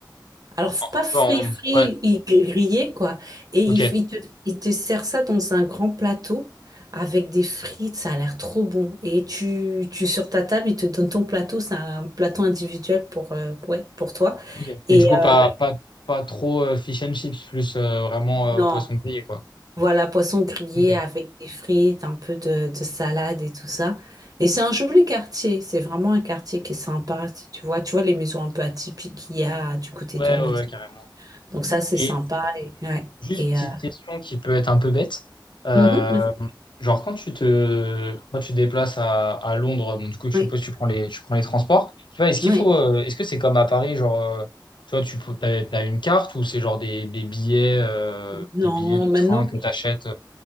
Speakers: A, on the right; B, on the left.
A: Alors, c'est
B: Un
A: pas frit,
B: peu en-
A: frit,
B: Ouais,
A: il est grillé, quoi. Et il,
B: ok.
A: il te, il te sert ça dans un grand plateau avec des frites, ça a l'air trop bon. Et tu, tu, sur ta table, il te donne ton plateau, c'est un plateau individuel pour, euh, ouais, pour toi.
B: Ok. Mais
A: Et
B: du coup, pas,
A: euh,
B: pas, pas trop euh, fish and chips, plus euh, vraiment euh,
A: non,
B: poisson grillé, quoi.
A: voilà, poisson grillé
B: Ok.
A: avec des frites, un peu de, de salade et tout ça. Et c'est un joli quartier, c'est vraiment un quartier qui est sympa, si tu vois. Tu vois les maisons un peu atypiques qu'il y a du côté
B: Ouais,
A: de Nautique.
B: ouais, ouais, carrément.
A: Donc ça, c'est
B: Et
A: sympa. Et, ouais.
B: juste
A: Et, euh,
B: une petite question qui peut être un peu bête. Euh,
A: mhm.
B: genre, quand tu te, quand tu te déplaces à, à Londres, bon, du coup, je
A: Oui,
B: suppose que tu prends les, tu prends les transports. Tu vois, est-ce qu'il
A: oui.
B: faut, euh, est-ce que c'est comme à Paris, genre, euh, tu vois, tu peux, t'as, t'as une carte ou c'est genre des, des billets, euh,
A: Non,
B: des billets de
A: maintenant,
B: train que tu achètes